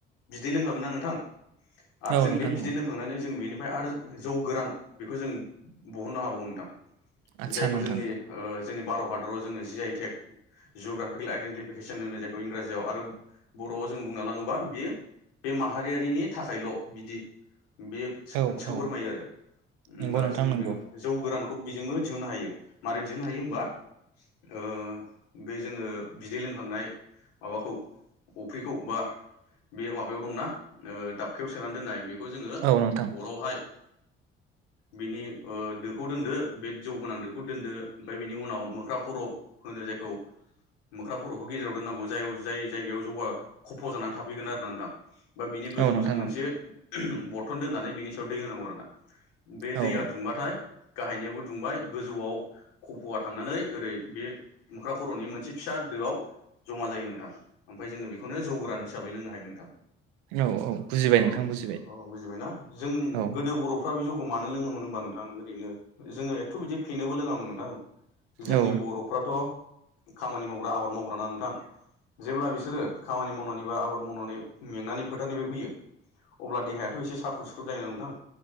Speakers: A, on the left; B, on the right.
A: बिदै लोंखागोन ना नोंथां? आरो
B: औ
A: जों
B: नोंथां
A: बे बिदै
B: औ
A: लोंखांनानै जों बेनि ओमफ्राय आरो जौ गोरान बेखौ जों बहननो हाबावो नोंथां।
B: आदसा
A: जायखौ
B: नोंथां
A: जोंनि ओ जोंनि भारत हादराव जोङो G I tag geographical identification होनो जायखौ इंराजियाव आरो बर' जों बुंना लाङोबा बेयो बे माहारियारिनि थाखायल' बिदि बे
B: औ
A: ओंथिखौ
B: औ
A: फोरमायो आरो होमबा
B: नंगौ नोंथां
A: जोङो
B: नंगौ
A: बे जौ गोरानखौ बेजोंनो दिहुननो हायो मारै दिहुननो हायो होमबा ओ बे जोङो बिदै लोंखांनाय माबाखौ अ फ्रिखौ बा बे माबायाव दंना ओ दाबखायाव सोनानै दोननाय बे बेखौ जोङो
B: औ नोंथां
A: अरावहाय बिनि ओ दोखौ दोनदो बे जौ गोनां दोखौ दोनदो ओमफ्राय बिनि उनाव मोख्रा खर होनो जायखौ मोख्रा खर'खौ गेजेराव दोननांगौ जायाव जाय जाय जायगायाव जौवा खफ जानानै थाफैगोन आरो ना नोंथां। बा बिनि गोजौआव
B: औ नोंथां
A: जों मोनसे
B: औ
A: बथन दोननानै बिनि सायाव दै होनांगौ आरोना बे
B: औ
A: दैया दुंबाथाय गाहायनियाबो दुंबाय गोजौआव खफआ थांनानै ओरै बे मोख्रा खर'नि मोनसे फिसा दोआव जमा जायो नोंथां। ओमफाय जोङो बेख बेखौनो जौ गोरान हिसाबै लोंनो हायो नोंथां।
B: औ औ बुजिबाय
A: ओ
B: नोंथां बुजिबाय
A: औ बुजिबायना जों
B: औ
A: गोदो बर'फ्रा बे जौ मानो लोङोमोन होनबा नोंथां ओरैनो जोङो एथ' बिदि फेनोबो लोङामोन नोंथां जोंनि
B: औ
A: बरफ्राथ' खामानि मावग्रा आबाद माव अब्लाना नोंथां जेब्ला बिसोरो खामानि मावनानै बा आबाद मावनानै मेंनानै फोथारनिफ्राय फैयो अब्ला देहायाथ एसे साख्रुब सुख्रुब जायोना नोंथां?